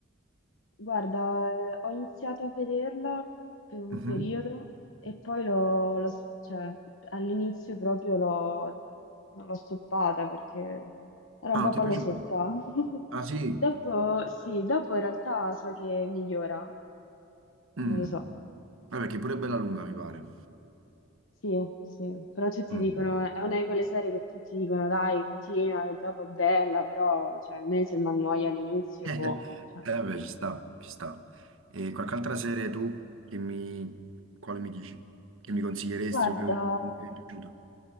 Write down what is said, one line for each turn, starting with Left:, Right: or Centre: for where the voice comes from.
Left: Guarda, eh, ho iniziato a vederla per un
Right: Mhm.
Left: periodo e poi l'ho, l'ho- cioè, all'inizio proprio l'ho l'ho stoppata perché era
Right: Ah,
Left: un po'
Right: non
Left: pallosetta.
Right: ti è piaciuto?
Left: <laughs>
Right: Ah, sì?
Left: Dopo, sì, dopo in realtà so che migliora,
Right: Mm.
Left: non lo so.
Right: Vabbè, che pure è bella lunga, mi pare.
Left: Sì, sì, però tutti
Right: Mm.
Left: dicono, è una di quelle serie che tutti dicono, dai, continua, che dopo è bella, però, cioè, a me se mi annoia all'inizio,
Right: <laughs>
Left: boh, cioè.
Right: Eh, vabbè, ci sta, ci sta. E qualche altra serie tu che mi... quale mi dici? Che mi consiglieresti
Left: Guarda,
Right: o che che comunque ti è piaciuto?